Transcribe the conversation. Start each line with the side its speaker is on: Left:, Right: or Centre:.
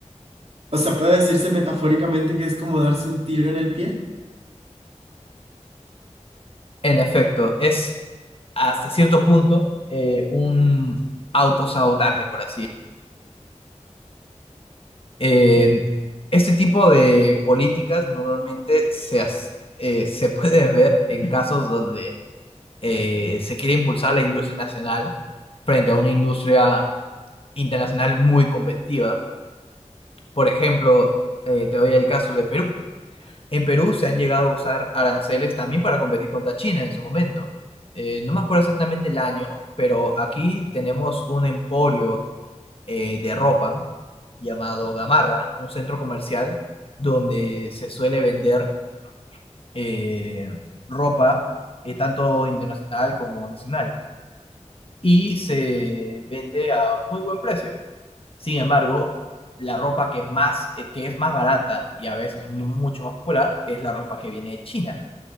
Right: o sea, puede decirse metafóricamente que es como darse un tiro en el pie.
Left: En efecto, es hasta cierto punto eh, un autosabotaje, por así Eh, este tipo de políticas normalmente se, as- eh, se puede ver en casos donde eh, se quiere impulsar la industria nacional frente a una industria internacional muy competitiva. Por ejemplo, eh, te doy el caso de Perú. En Perú se han llegado a usar aranceles también para competir contra China en su momento. Eh, no me acuerdo exactamente el año, pero aquí tenemos un emporio eh, de ropa llamado Gamarra, un centro comercial donde se suele vender eh, ropa eh, tanto internacional como nacional y se vende a muy buen precio. Sin embargo, la ropa que más eh, que es más barata y a veces mu- mucho más popular es la ropa que viene de China.